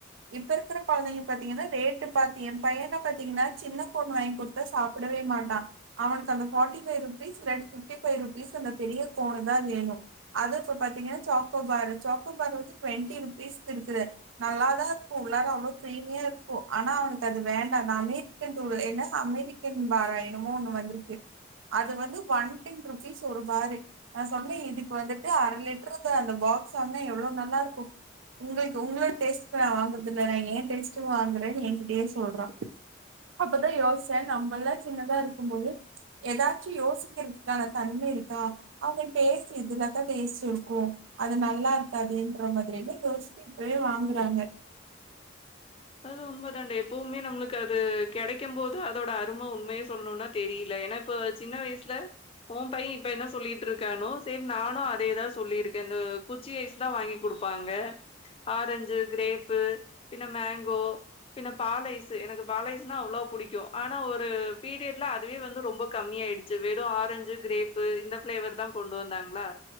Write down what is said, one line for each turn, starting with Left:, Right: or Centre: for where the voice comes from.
Right: இப்ப இருக்கிற கொழந்தைங்க பாத்தீங்கனா ரேட்டு பாத்து எ பையன பாத்தீங்கனா சின்ன பொண்ணு வாங்கி குடுத்தா சாப் ப்டவே மாட்டா அவனுக்கு அந்த ஃபார்ட்டி ஃபைவ் ருபீஸ் இல்லாட்டி ஃபிஃப்ட்டி ஃபைவ் ருபீஸ் அந்தப் பெரிய கோனுதா வேணு அது இப்ப பாத்தீங்கனா சாக்கோபாரு சாக்கோபாரு வந்து டுவென்டி ருபீஸ்க்கு இருக்குது நல்லாதா ப்போ உள்ளார அவ்ளோ க்ரீமியா இருக்கு ஆனா அவனுக்கு அது வேண்டா நானே தின்ட்டொரு என்ன அமெரிக் கென் பார என்னமோ ஒன்னு வந்துருக்கு அது வந்து ஒன் டன் ருபீஸ் ஒரு பாரி நா சொன்னே இதுக்கு வந்துட்டு அர லிட்டர் தா அந்த பா க்ஸ் வாங்க்னா எவ்வளோ நல்லா இருக்கு உங்களுக்கு உங்கள டேஸ்ட்லா வாங்க தெரியாது நா ஏ டேஸ்டு வாங்குறேன்னு எகிட்டயே சொல்றா அப்பதா யோச்சே நம்பல்லா சின்னதா இருக்கும் போது ஏதாச்சு யோசிக்கிறதுக்கான தன்மை இருக் கா அங்க டேஸ்ட் இதுல்லத்தா டேஸ்ட் இருக்கு அது நல்லா இருக்காதுன்ற ஒரு மாதிரியல்ல யோச் சி இப்பயே வாங்குறாங்க
Left: அதுவு உண்மதாண்ட எப்பவுமே நம்மளுக்கு அது கெடைக்கும் போது அதோட அரும உண்மய சொல்ணுனா தெரியில ஏன்னா இப் ப சின்ன வயசுல ஓ பைய இப்ப என்ன சொல்லிட்டு இருக்கானோ சேம் நானோ அதேதா சொல்லிருக்கேன்னு போ குச்சி ஐஸ்தா வாங்கி குடுப்பாங்க ஆரஞ்சு கிரேப்பு பின்ன மேங் கோ பின்ன பால் ஐஸ்ஸு எனக்கு பால் ஐஸ்னா அவ்ளோ புடிக்கு ஆனா ஒரு பீரியட்ல அதுவே வந்து ரொம்ப கம்மியா ஆயிடுச்சு வெறு ஆரஞ்சு கிரேப்பு இந்த ஃபிளேவர் தா கொண்டு வந்தாங்களா